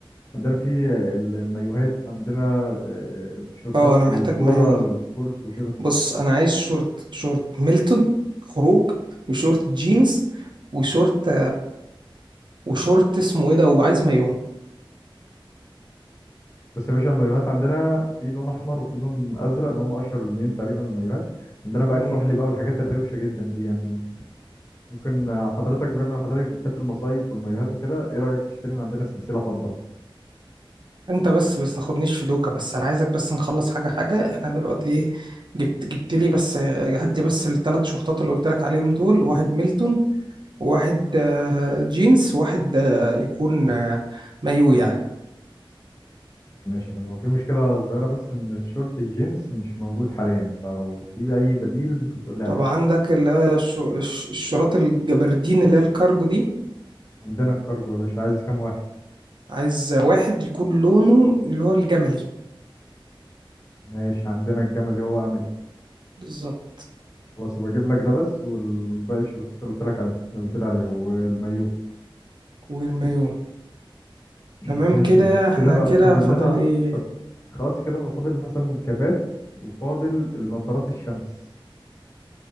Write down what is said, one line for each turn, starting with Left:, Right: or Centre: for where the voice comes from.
Left: عندنا في آه، ال- المايوهات عندنا آه، شورتات
Right: اه انا محتاج
Left: للكورة
Right: مايو
Left: للسبورتس وكده
Right: بص انا عايز شورت شورت ميلتون خروج وشورت جينز وشورت وشورت اسمه ايه ده وعايز مايو
Left: بس يا باشا المايوهات عندنا في لون أحمر وفي لون أزرق اللي هم أشهر لونين تقريبا المايوهات عندنا بقى
Right: مم.
Left: الكحلي بقى والحاجات الروشة جدا دي يعني ممكن آه، حضرتك بما ان حضرتك بتحب المصايف والمايوهات وكده ايه رأيك تشتري من عندنا سلسلة فضة
Right: انت بس بس تاخدنيش في دوكا بس انا عايزك بس نخلص حاجه حاجه احنا دلوقتي ايه جبت جبت لي بس هات لي بس الثلاث شورتات اللي قلت لك عليهم دول واحد ميلتون وواحد آه، جينز وواحد آه، يكون آه، مايو يعني
Left: ماشي ان هو في مشكلة صغيرة بس ان الشورت الجينز مش موجود حاليا فلو في اي بديل ممكن تقول لي
Right: طب
Left: عليه
Right: عندك اللي هو الش- الش- الشراط الجبردين اللي هي الكارجو دي
Left: عندنا الكارجو يا باشا عايز كام واحد
Right: عايز واحد يكون لونه اللي هو الجملي
Left: ماشي عندنا الجملي هو املي
Right: بالظبط
Left: خلاص يبقى اجيب لك ده بس والباقي الشورت اللي قلت لك عليه اللي قلت لي عليه هو المايو
Right: والمايو
Left: <clears throat>
Right: تمام
Left: ماشي
Right: كده
Left: يا باشا
Right: احنا
Left: كده بقى
Right: كده
Left: فاضل
Right: فاضل
Left: لنا
Right: ايه
Left: خلاص كده بقى فاضل مثلا كبات وفاضل النضارات الشمس